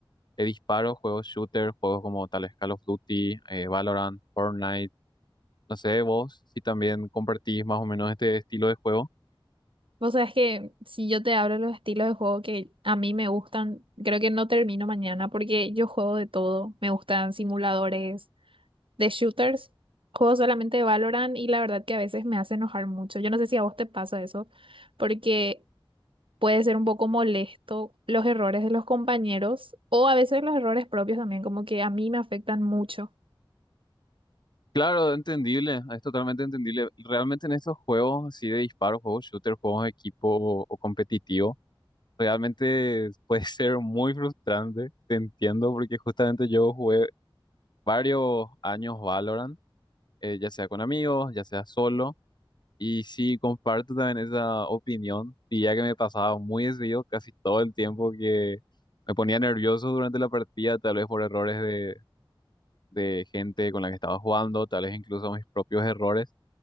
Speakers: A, on the left; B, on the right.
A: de disparos, juegos shooter, juegos como tales Call of Duty, eh, Valorant, Fortnite. No sé, vos si también compartís más o menos este estilo de juego.
B: Vos sabés que si yo te hablo de los estilos de juego que a mí me gustan, creo que no termino mañana porque yo juego de todo. Me gustan simuladores de shooters, juego solamente de Valorant y la verdad que a veces me hace enojar mucho. Yo no sé si a vos te pasa eso, porque puede ser un poco molesto los errores de los compañeros o a veces los errores propios también, como que a mí me afectan mucho.
A: Claro, entendible, es totalmente entendible. Realmente en estos juegos así de disparos, juegos shooter, juegos de equipo o, o competitivo, realmente <laughs> puede ser muy frustrante, te entiendo, porque justamente yo jugué varios años Valorant, eh, ya sea con amigos, ya sea solo. Y sí, comparto también esa opinión, y ya que me pasaba muy desvío casi todo el tiempo que me ponía nervioso durante la partida, tal vez por errores de, de gente con la que estaba jugando, tal vez incluso mis propios errores.